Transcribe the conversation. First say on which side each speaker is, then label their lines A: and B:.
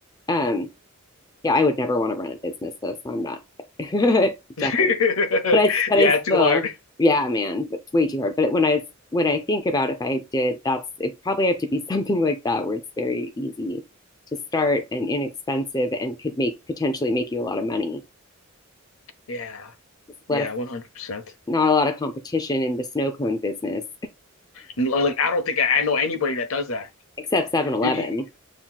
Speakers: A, on the left; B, on the left.
A: um, yeah, I would never want to run a business though, so I'm not <laughs>
B: <laughs>
A: definitely. But I but
B: Yeah,
A: I
B: too
A: still
B: hard.
A: yeah, man, but it's way too hard. But when I when I think about if I did, that's it probably have to be <laughs> something like that where it's very easy to start and inexpensive and could make potentially make you a lot of money.
B: Yeah,
A: Just let
B: yeah,
A: us
B: 100%.
A: not a lot of competition in the snow cone business,
B: Like, I don't think I, I know anybody that does that.
A: <laughs> except Seven Eleven.
B: You, you